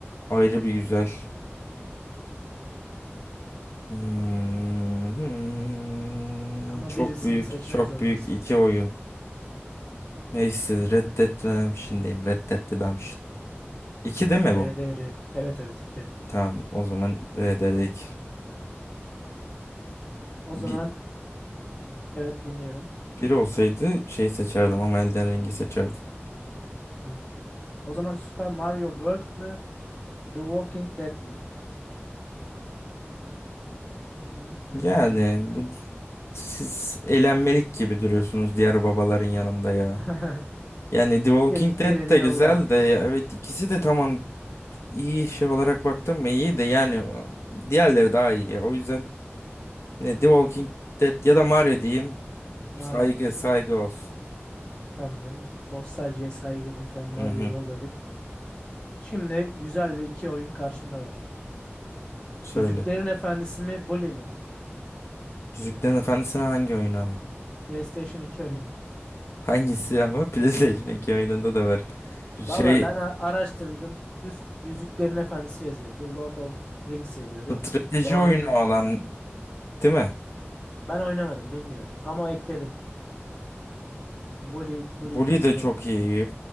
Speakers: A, on the left; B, on the left.
A: ayrı bir güzel. Hmm, hmm.
B: Ama
A: çok
B: birisini
A: büyük,
B: seçmek
A: çok
B: zorundasın.
A: büyük iki oyun. Neyse Red Dead Redemption'dayım. Red Dead Redemption. İki değil mi bu?
B: RDR. Evet evet 2.
A: Tamam o zaman RDR2.
B: O
A: Bir,
B: zaman evet dinliyorum.
A: biri olsaydı şey seçerdim ama Elden Ring'i seçerdim.
B: Hı. O zaman Super Mario World mü? The Walking Dead mi? Hı hı.
A: Yani bu siz elenmelik gibi duruyorsunuz diğer babaların yanında ya.
B: <laughs>
A: Yani The Walking
B: Bir, birini
A: Dead de
B: yollam.
A: güzel de ya, evet ikisi de tamam İyi şey olarak baktım mı iyi de yani e, diğerleri daha iyi ya. O yüzden ne The Walking Dead ya da Mario diyeyim.
B: Mario
A: Saygı
B: diyorsun.
A: saygı olsun.
B: Tamam. Nostaljiye saygımızdan Mario'yu
A: Hı hı.
B: yolladık. Şimdi güzel bir iki oyun karşımda var.
A: Söyle.
B: Yüzüklerin Efendisi mi? Bully mi?
A: Yüzüklerin Efendisi'ne hangi oyunu ama?
B: PlayStation 2 oyunu.
A: Hangisi ama? <laughs> PlayStation 2 oyununda da var. Şey
B: Valla ben a- araştırdım. Düz Yüzüklerin Efendisi yazıyordu. The Lord of Rings yazıyordu.
A: strateji
B: Devamı
A: oyunu
B: yoktu.
A: olan değil mi?
B: Ben oynamadım bilmiyorum ama ekledim. Bully, Bully
A: Bully
B: ile ikisini
A: de çok
B: ekledim.
A: iyi.